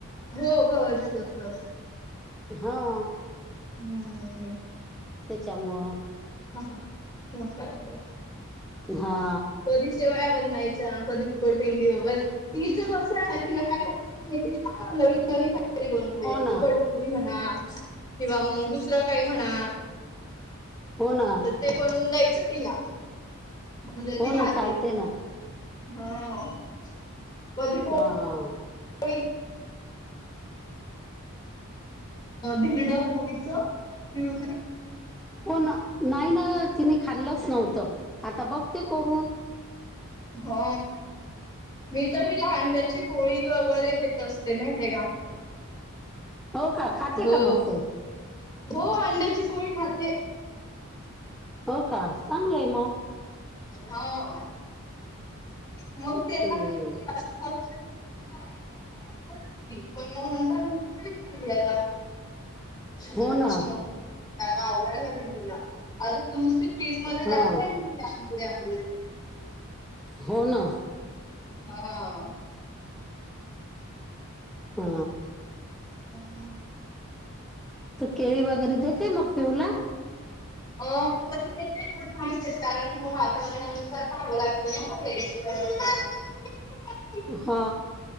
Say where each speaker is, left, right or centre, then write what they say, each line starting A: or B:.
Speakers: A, on the left; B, in the centre.
A: हो गव्हाचेच असतात.
B: हा..
A: हम्म...
B: त्याच्यामुळ.
A: हा हा मग काय तर.
B: हा.
A: कधी शेवाळा बनवायच्या कधी उकडपिंडी वगर तिचं कसं आहे ना तिला काय <unintelligible> बोलायच ना तीला लयी री
B: हो ना
A: बडरी म्हणा किंवा मग दु. <unintelligible> दुसर काय म्हणा
B: हो ना
A: तर ते बनवून द्यायचं तिला. दिल
B: हो
A: की
B: ना
A: खाते
B: चालते ना
A: ह बगी
B: हां.
A: <unintelligible> धिरड कोबीच प्युज. <unintelligible>
B: हो ना नाही ना तिने खाल्लंच नव्हतं आता बघते करून.
A: हो मी तर हीला अंड्याची पोळी वगैरे देत असत ते नाही ते का
B: हो का खाते
A: हो
B: का मग ते?
A: हो अंड्याची पोळी खाते.
B: हो का चांगलंय मग.
A: हाव मग त्यांना
B: हम्म.
A: काय तर असा औषध ते आधी काय आधी करत होती, नंतर खायला लागली आता. <unintelligible>
B: हो ना
A: मी आता आवरायला लागले तिला <unintelligible> मध्ये
B: हा
A: जात. <unintelligible>
B: हो ना
A: हा.
B: ह.
A: हम. <unintelligible>
B: तू केळी वगैरे देते मग पिऊला?
A: अ कधी येतय काय माहती आहेत कारण की मग वातावरणानुसार पाहावं लागतं ना मग घरी. <unintelligible> <unintelligible>
B: हा.